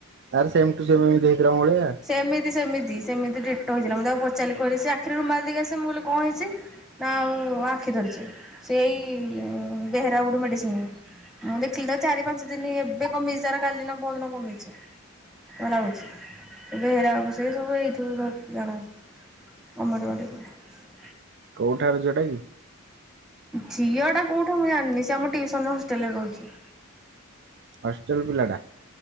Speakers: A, on the right (about 50°); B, in the centre.
A: ତାର ସେମ୍ ଟୁ ସେମ୍ ହେଇଥିଲା ଭଳିଆ,
B: ସେମିତି-ସେମିତି-ସେମିତି ଡେଟଲ୍ ହେଇଥିଲା ମୁଁ ତାକୁ ପଚିଲିହିଲି ସେ ଆଖିରେରୁୁମାଲ୍ ଦେଇକିସ ମୁଁ କହିଲି କଁ ହେଇଛି, ନା ଆଉ ଆଖି ଧରିଛେ ସେଇ ଦେହରେ ଆଉ ଗୋଟେ ମେଡ଼ିସିନ୍, ମୁଁ ଦେଖିଲି ତ ଚାରି ପାଞ୍ଚ ଦିନ ଏବେ କମିଶିବାର କାଲି ନା ବହୁତ୍ ଦିନ କମିି, ଭଲ ହଉଛି ବେହେରା ଆ ସେ ସବୁ ଏଇଠିବୁ ଧର ଜଣାଛି, <unintelligible>
A: କୋଉଠାରୁ ଝିଅଟା କି?
B: ଝିଅଟା କେଉଁଠୁ ମୁଁ ଜାଣିନି ସେ ଆମ ଟିଉସନ ର ହଷ୍ଟେଲ୍ ରେ ରହୁଛି,
A: ହଷ୍ଟେଲ୍ ପିଲାଟା?